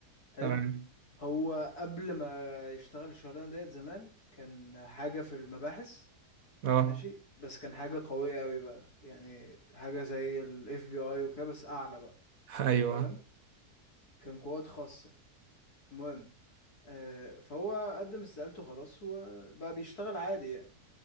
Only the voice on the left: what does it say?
حلو
هو قبل ما يشتغل الشغلانة ديت زمان كان حاجة في المباحث
ماشي بس كان حاجة قوية قوي بقى يعني حاجة زي ال FBI وكده بس أعلى بقى
فاهم كان قوات خاصة المهم آه فهو قدم استقالته خلاص وبقى بيشتغل عادي يعني